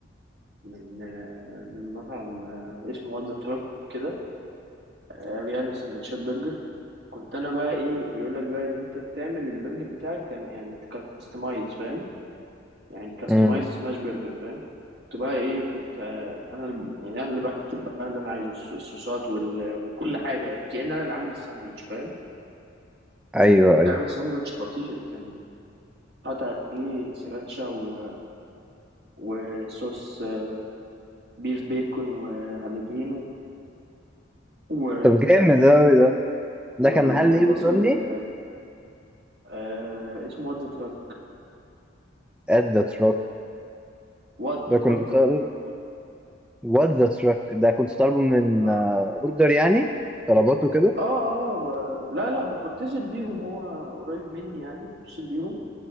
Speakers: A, on the right; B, in the centre.
A: من من مطعم اسمه وات ذا تراك كده آه، بيعمل سندوتشات برجر كنت انا بقى ايه بيقول لك بقى ان انت تعمل البرجر بتاعك تعمل يعني تكستمايز فاهم يعني كاستمايز
B: امم
A: سماش برجر فاهم كنت بقى ايه كنت آه، انا ال- يعني انا اللي بكتب بقى اللي انا عايزه الص- الصوصات وال- وكل حاجه يعني كأن انا اللي عامل الساندوتش فاهم
B: ايوه
A: كنت
B: ايوه
A: عامل ساندوتش خطير كان قطع عليه سراتشا و... وصوص آه، بيف بيكون وهالوبينو و...
B: طب جامد اوي ده ده
A: وال...
B: كان محل
A: والبصل
B: ايه بتقول
A: ال...
B: لي؟
A: آه... اسمه وات ذا تراك
B: at the truck
A: وات
B: ده كنت
A: وات ذا
B: طالب
A: تراك
B: what the truck ده كنت طالبه من
A: اه
B: اوردر يعني؟ طلباته كده
A: اه اه ب... لا لا بتصل بيهم هو قريب مني يعني بتصل بيهم